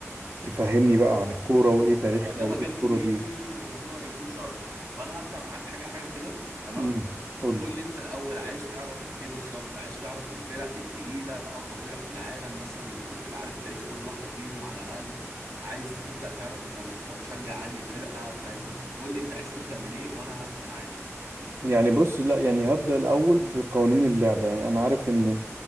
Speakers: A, on the right; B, on the right.
A: تفهمني بقى
B: بص
A: عن الكورة وايه تاريخها
B: هو ده
A: وايه
B: مجال
A: الكورة
B: كبير
A: دي
B: وموضوع يطول شرحه فانا هبدأ معاك حاجة حاجة كده تمام
A: امم قول
B: قول
A: لي
B: لي انت الاول عايز تعرف ايه بالظبط عايز تعرف الفرق التقيلة اقوى فرق في العالم مثلا المفروض تبقى عارف تاريخ كل واحدة فيهم على الاقل عايز تبدأ تعرف انت هتختار تشجع عني فرقة فاهم قول لي انت عايز تبدأ منين وانا هبدأ معاك
A: يعني بص لا يعني هبدأ الاول بقوانين اللعبة يعني انا عارف ان